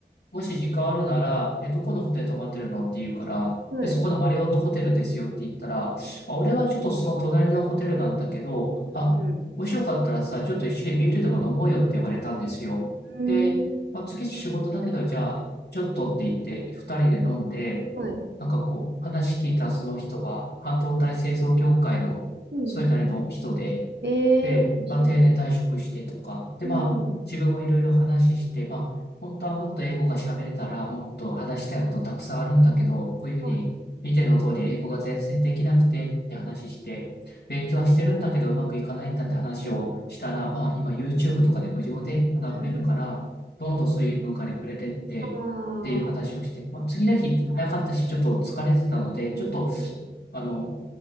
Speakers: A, on the left; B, on the right.
A: もし時間あるなら、え、どこのホテル泊まってるのって言うから、
B: はい。
A: で、そこのマリオットホテルですよって言ったら、
B: う
A: あ、俺はちょっとその隣のホテルなんだけど、あ、
B: ん。
A: もしよかったらさ、ちょっと一緒にビールでも飲もうよって言われたんですよ。
B: うー
A: で、
B: ん。
A: まあ、次仕事だけど、じゃあ、ちょっとって言って、二人で飲んで、
B: はい。
A: なんかこう、話聞いたその人が、半導体製造業界の、
B: うん。
A: それなりの人で、
B: ええ面白
A: で、まあ、定年退職してとか、で、
B: い。
A: まあ、
B: うん。
A: 自分もいろいろ話して、まあ、本当はもっと英語が喋れたら、もっと話したいことたくさんあるんだけど、こういうふうに、
B: はい。
A: 見ての通り英語が全然できなくてって話して、勉強はしてるんだけどうまくいかないんだって話をしたら、
B: うん。
A: まあ、今 YouTube とかで無料で学べるから、
B: <laughs>
A: どんどんそういう文化に触れてって、
B: ああ。
A: っていう話をして、まあ、次の日早かったし、ちょっと疲れてたので、ちょっと、
B: うん。
A: あの、